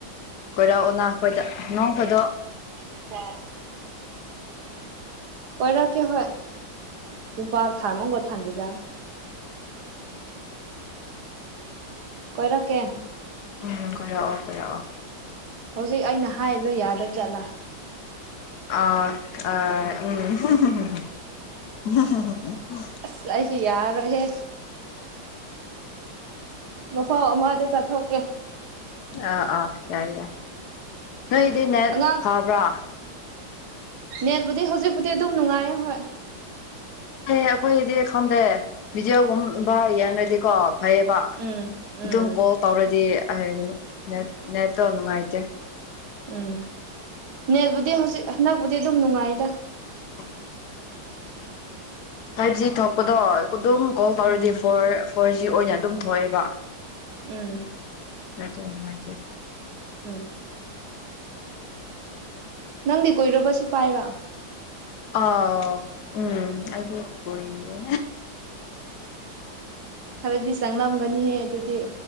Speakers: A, on the left; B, on the right.
A: ꯀꯣꯏꯔꯛꯑꯣꯅ ꯑꯩꯈꯣꯏꯗ ꯅꯣꯡ ꯐꯥꯗꯣꯛ꯫
B: ꯏ <unintelligible> ꯀꯣꯏꯔꯛꯀꯦ ꯍꯣꯏ ꯇꯨꯡꯄꯥ ꯈꯥꯃꯣꯒꯣ ꯊꯥꯟꯗꯤꯖꯥ <unintelligible> ꯀꯣꯏꯔꯛꯀꯦ
A: ꯎꯝ ꯀꯣꯏꯔꯛꯑꯣ ꯀꯣꯏꯔꯛꯑꯣ
B: ꯍꯧꯖꯤꯛ ꯑꯩꯅ ꯍꯥꯏꯔꯤꯗꯣ ꯌꯥꯗꯕ ꯖꯥꯠꯂꯥ
A: ꯑ ꯑ ꯎꯝ
B: ꯁꯤ ꯑꯩꯥꯁꯨ ꯌꯥꯔꯔꯣꯏꯍꯦ ꯃꯐꯝ ꯑꯃꯗ ꯆꯠꯊꯣꯛꯀꯦ
A: ꯑꯥ ꯑꯥ ꯌꯥꯏ ꯌꯥꯏ ꯅꯣꯏꯗꯤ ꯅꯦꯠ
B: ꯑꯉꯥꯡ
A: ꯐꯥꯎꯕ꯭ꯔꯥ
B: ꯅꯦꯠꯕꯨꯗꯤ ꯍꯧꯖꯤꯛꯄꯨꯗꯤ ꯑꯗꯨꯝ ꯅꯨꯡꯉꯥꯏꯌꯦ ꯍꯣꯏ
A: ꯑꯦ ꯑꯩꯈꯣꯏꯗꯤ ꯈꯪꯗꯦ ꯚꯗꯤꯑꯣꯒꯨꯝꯕ ꯌꯦꯡꯔꯗꯤꯀꯣ ꯐꯩꯌꯦꯕ
B: ꯎꯝ ꯎꯝ
A: ꯑꯗꯨꯝ ꯀꯣꯜ ꯇꯧꯔꯗꯤ ꯑꯥꯏ ꯅꯦ ꯅꯦꯠꯇꯣ ꯅꯨꯡꯉꯥꯏꯇꯦ
B: ꯎꯝ ꯅꯦꯠꯕꯨꯗꯤ ꯍꯧꯖꯤꯛ ꯍꯟꯗꯛꯄꯨꯗꯤ ꯑꯗꯨꯝ ꯅꯨꯡꯉꯥꯏꯗ
A: <inaudible> ꯐꯥꯏꯚ ꯖꯤ ꯊꯣꯛꯄꯗꯣ ꯑꯗꯨꯝ ꯀꯣꯜ ꯇꯧꯔꯗꯤ
B: ꯎꯝ
A: ꯐꯣꯔ ꯐꯣꯔ ꯖꯤ ꯑꯣꯏꯅ ꯗꯨꯝ ꯊꯣꯛꯑꯦꯕ
B: ꯎꯝ
A: ꯅꯥꯇꯣꯟ ꯅꯨꯡꯉꯥꯏꯇꯦ
B: ꯎꯝ ꯅꯪꯗꯤ ꯀꯨꯏꯔꯕ ꯁꯤ ꯄꯥꯏꯕ
A: ꯑ ꯎꯝ ꯑꯩꯗꯤ ꯀꯨꯏꯔꯦ
B: ꯈꯔꯗꯤ ꯆꯪꯂꯝꯒꯅꯤꯍꯦ ꯑꯗꯨꯗꯤ